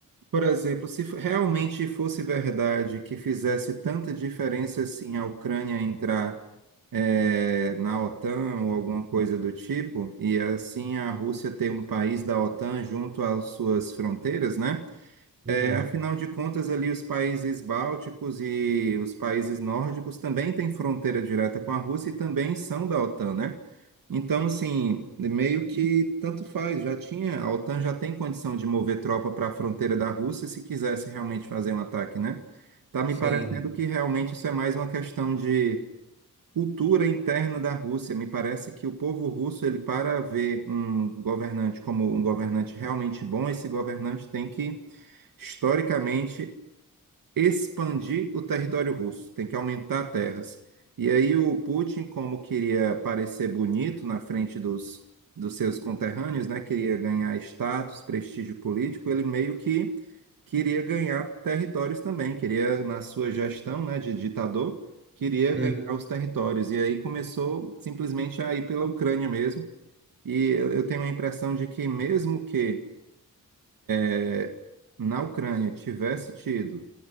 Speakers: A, on the right (about 85°); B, on the right (about 35°).
A: por exemplo, se f- realmente fosse verdade que fizesse tanta diferença assim a Ucrânia entrar é, na OTAN ou alguma coisa do tipo, e assim a Rússia ter um país da OTAN junto às suas fronteiras, né?
B: Uhum.
A: É, afinal de contas, ali os países bálticos e os países nórdicos também têm fronteira direta com a Rússia e também são da OTAN, né? Então, assim, meio que tanto faz, já tinha, a OTAN já tem condição de mover tropa para a fronteira da Rússia se quisesse realmente fazer um ataque, né? Tá me
B: Sim.
A: parecendo que realmente isso é mais uma questão de cultura interna da Rússia. Me parece que o povo russo, ele para ver um governante como um governante realmente bom, esse governante tem que, historicamente, expandir o território russo, tem que aumentar terras. E aí o Putin, como queria parecer bonito na frente dos, dos seus conterrâneos, né, queria ganhar status, prestígio político, ele meio que queria ganhar territórios também, queria, na sua gestão, né, de ditador, queria ganhar
B: Uhum.
A: os territórios. E aí começou simplesmente a ir pela Ucrânia mesmo. E eu eu tenho a impressão de que mesmo que eh, na Ucrânia tivesse tido